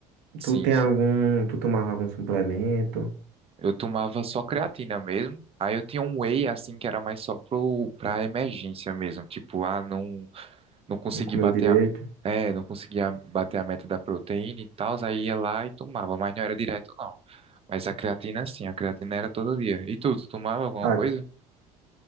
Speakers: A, on the right (about 30°); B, on the right (about 65°).
A: Sim,
B: Tu tem
A: sim.
B: algum, tu tomava algum suplemento?
A: Eu tomava só creatina mesmo. Aí eu tinha um whey, assim, que era mais só pro, pra emergência mesmo. Tipo, ah, não, não consegui
B: Não comeu
A: bater
B: direito?
A: a, é, não conseguia bater a meta da proteína e tal. Aí ia lá e tomava, mas não era direto, não. Mas a creatina, sim, a creatina era todo dia. E tu, tu tomava alguma
B: Ah,
A: coisa?
B: c-